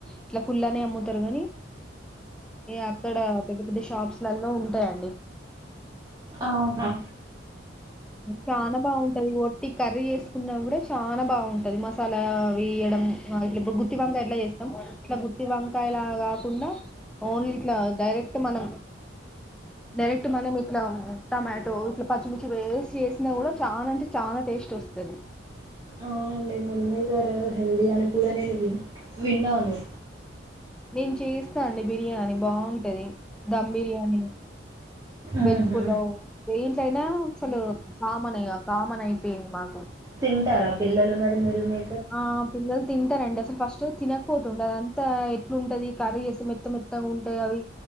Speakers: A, in the centre; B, on the right (about 20°).
A: ఇట్లా కుల్లానే అమ్ముతారు. కానీ, ఏ అక్కడ పెద్ద పెద్ద షాప్స్ టల్లో ఉంటాయండి
B: అవుహా
A: చాలా బాగుంటది వట్టి కర్రీ చేసుకున్నా కూడా చాలా బాగుంటుంది మసాలా వేయడం ఇలా, ఇప్పుడు గుత్తివంకాయ ఎట్లా చేస్తాం ఇట్లా గుత్తి వంకాయలా కాకుండా, ఓన్లీ ఇట్లా డైరెక్ట్ మనం, డైరెక్ట్ మనం ఇట్లా టమాటో ఇచ్ పచ్చిమిర్చి పేస్ట్ చేసినా కూడా చాలా అంటే చాలా టేస్ట్ వస్తుంది
B: అవునండి మిల్ మేకరు హెల్దీ అని కూడా నేను వి విన్నాను
A: నేను చేస్తా అండి బిర్యానీ బాగుంట్ టది దమ్ బిర్యానీ
B: ఆహా
A: వెజ్ పులవ్ దేంట్లో అయినా అసలు కామన్ ఇగ కామన్ అయి ఏమి మాగు
B: తింటార పిల్లలు మరి మీరు మీ
A: ఆ పిల్లలు తింటారండి అసలు ఫస్ట్ తినకపోతుండే అదంతా ఎట్లు ఉంటది కర్రీ వేసి మెత్త మెత్తగా ఉంటాయి అవి